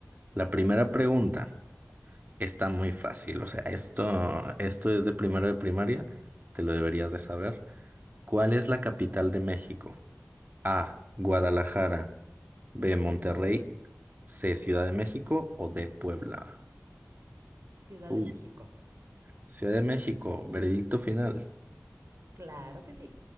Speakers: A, on the right; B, on the right.
A: la primera pregunta está muy fácil. O sea, esto, esto es de primero de primaria. Te lo deberías de saber. ¿Cuál es la capital de México? A. Guadalajara. B, Monterrey. C, Ciudad de México o D, Puebla.
B: Ciudad
A: Uy,
B: de México.
A: Ciudad de México, veredicto final. <laughs>
B: Claro que sí.